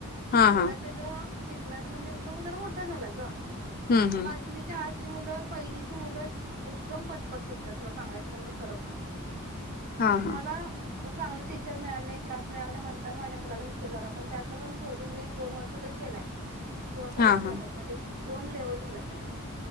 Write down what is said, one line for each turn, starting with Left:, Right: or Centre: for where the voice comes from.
Left: हा
Right: तेवढा
Left: हा
Right: त्याचा शिकण्याचा म्हणजे तो मुदार मोठा झाला ग
Left: हम् हम
Right: पाचवीच्या आतली मुलं पहिलीची मुलं एकदम पटपट शिकतात तुला सांगायचं म्हणजे खरं
Left: हा हा
Right: मला चांगलं टीचर मिळाल नाही क्लास मिळाला नाही म्हणताना माझ्या मुलाला उपसर झाला पण त्यातनं पण शोधून मी दोन वर्ष तरी केलाय दोन परीक्षा
Left: हा
Right: झाल्यात
Left: हा
Right: म्हणजे दोन लेवल झाल्यात त्याच्या